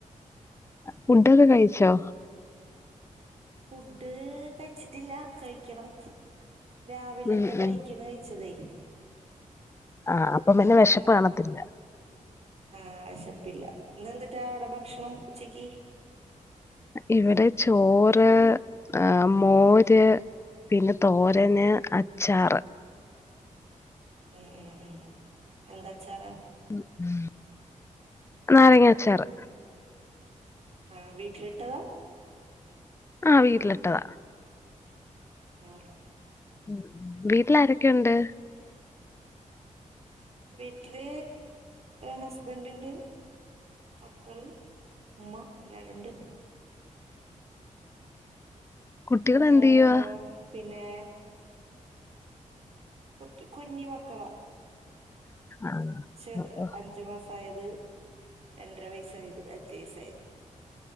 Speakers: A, on the left (about 20°); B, on the right (about 50°).
A: ഫുഡൊക്കെ കഴിച്ചോ
B: ഫുഡ്‌ കഴിച്ചിട്ടില്ല കഴിക്കണം രാവിലത്തെ
A: ഉം
B: വൈകണ്
A: ഉം
B: കഴിച്ചതേ
A: ആഹ് അപ്പം പിന്നെ
B: അപ്പൊ
A: വിശപ്പ് കാണത്തില്ല
B: ആഹ് അയ്സ് പ്പില്ല ഇന്നെന്തിട്ടാ അവിടെ ഭഷ്ണം ഉച്ചക്ക്
A: ഇവിടെ ച്ചോറ് ആഹ് മോര് പിന്നെ തോരന് അച്ചാറ്
B: ഉം ഉം ഉം എന്തച്ചാറാ
A: ഉ ഉം നാരങ്ങാച്ചാറ്
B: ആഹ വീട്ടിലിട്ടതാ
A: ആഹ വീട്ടിലിട്ടതാ
B: ആഹ
A: ഉ വിട്ടി ല്ലാരൊക്കെ ഉണ്ട്
B: വീട്ടില് ഹസ്ബൻഡ് ഉണ്ട് മക്കള് ഉമ്മ എല്ലാരും ഉണ്ട്
A: കുട്ടികൾ
B: ആഹ്
A: എന്ത് ചെയ്യവാ
B: പിന്നെ കുട്ടി കുഞ്ഞി മക്കളാ
A: ആഹ്
B: ചെറ് അഞ്ചു മാസം അതായത് രണ്ടരവയസ് സൈദ് അജയ് സൈദ്